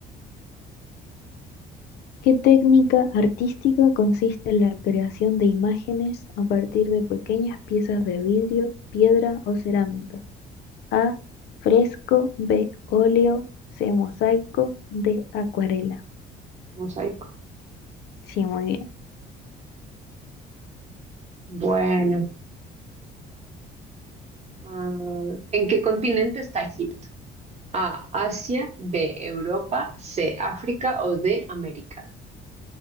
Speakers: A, on the left; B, on the right.
A: ¿Qué técnica artística consiste en la creación de imágenes a partir de pequeñas piezas de vidrio, piedra o cerámica? A. Fresco. B. Óleo. C. Mosaico. D. Acuarela.
B: Mosaico.
A: Sí, muy bien.
B: Bueno, ah, ¿en qué continente está Egipto? A, Asia, B, Europa, C, África o D, América.